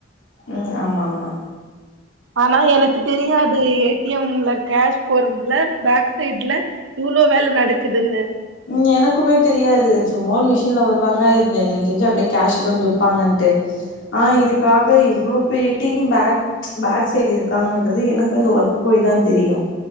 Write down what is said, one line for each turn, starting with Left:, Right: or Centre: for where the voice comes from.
Left: ம் ஆமா ஆமா
Right: ஆனா எனக்கு தெரியாது ஏ டி எம் ல கேஷ் போர்றதுல பேக் சைட்ல இவ்ளோ வேல நடக்குதுன்னு
Left: ம் எனக்குமே தெரியாது சும்மா ஒரு மிஷின்ல வருவாங்க தெஞ்ச அப்டியே கேஷ் வந்து வெப்பாங்கன்ட்டு ஆனா இதுக்காக இவ்ளோ பெரிய டீம் பேக் பேக் சைடு இருக்காங்கன்றது எனக்கு வந்து ஒர்க் போய் தா தெரியு